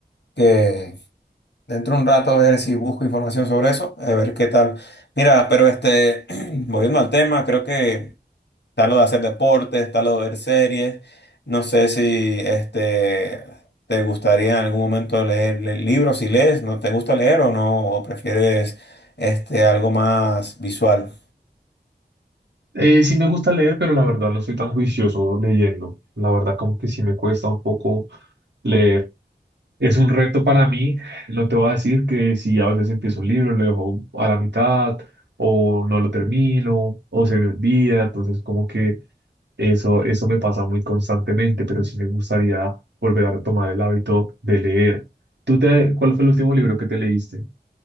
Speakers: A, on the left (about 80°); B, on the right (about 85°).
A: que Dentro de un rato ver si busco información sobre eso, a ver qué tal. Mira, pero este, <clears throat> volviendo al tema, creo que está lo de hacer deportes, está lo de ver series. No sé si este te gustaría en algún momento leer, le- libros, si lees, ¿no te gusta leer o no? ¿O prefieres este algo más visual?
B: Eh, sí me gusta leer, pero la verdad no soy tan juicioso leyendo. La verdad como que sí me cuesta un poco leer. Es un reto para mí. No te voy a decir que si a veces empiezo un libro, lo dejo a la mitad o no lo termino o se me olvida. Entonces como que eso, eso me pasa muy constantemente, pero sí me gustaría volver a retomar el hábito de leer. ¿Tú te, cuál fue el último libro que te leíste?